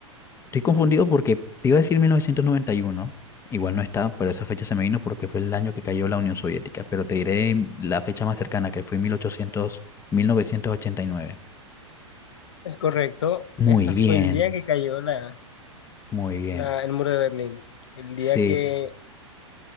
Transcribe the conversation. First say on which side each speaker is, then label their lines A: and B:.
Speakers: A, on the left (about 15°); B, on the left (about 55°).
A: Estoy confundido porque te iba a decir 1991, igual no está, pero esa fecha se me vino porque fue el año que cayó la Unión Soviética, pero te diré la fecha más cercana, que fue 1800, 1989.
B: Es correcto.
A: Muy
B: Esa
A: bien,
B: fue el día que cayó la,
A: muy bien.
B: la- el muro de Berlín. El
A: Sí,
B: día que